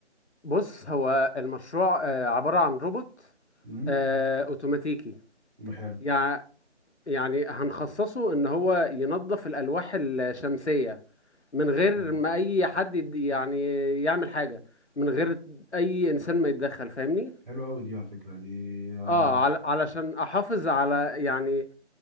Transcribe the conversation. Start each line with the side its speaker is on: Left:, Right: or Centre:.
Left: بص هو المشروع آه، عباره عن روبوت
Right: امم
Left: آه، اوتوماتيكي
Right: حلو
Left: يع- يعني هنخصصه ان هو ينظف الالواح الشمسيه من غير
Right: حلو
Left: ما اي حد يد- يعني يعمل حاجة من غير اي انسان ما يتدخل فاهمني
Right: حلو قوي دي على فكره دي اه,
Left: اه عل علشان احافظ على يعني